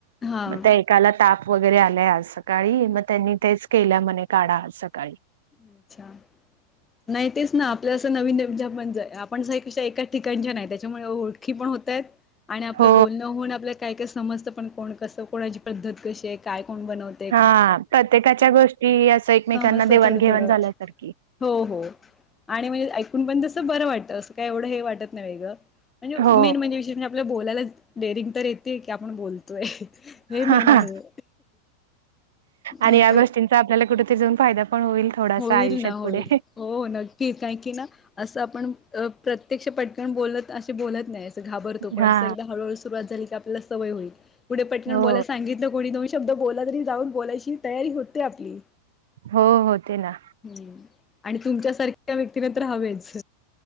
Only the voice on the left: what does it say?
हा
अच्छा. नाही तेच ना आपल्या असं, नवीन पण आपण का एका ठिकाणच्या नाही. त्याच्यामुळे ओळखी पण होतायेत. आणि आपलं
बोलणं होऊन आपल्याला काय काय समजतं पण. कोण कसं. कोणाची पद्धत कशी आहे. काय कोण बनवतं.
समजतं
थोडं थोडं
हो हो. आणि म्हणजे ऐकून पण तसं बरं वाटत. असं काय एवढं हे वाटत नाही वेगळं. म्हणजे
मेन म्हणजे विशेष म्हणजे आपल्याला बोलायला डेअरिंग तर येते. की आपण बोल तोय. हे मेन
आहे. नाही
तर
होईल
ना होईल.
हो न कि. कारकी ना. असं आपण प्रत्यक्ष पटकन बोलत असे बोलत नाहीत. घाबरतो पण
असं एकदा हळूहळू सुरुवात झाली की, आपल्याला सवय होईल. कुठे पटकण
बोला सांगितलं कोणी दोन शब्द बोला. तरी जाऊन बोलायची तयारी होते आपली.
हम्म आणि तुमच्यासारख्या व्यक्तीना तर हवेच.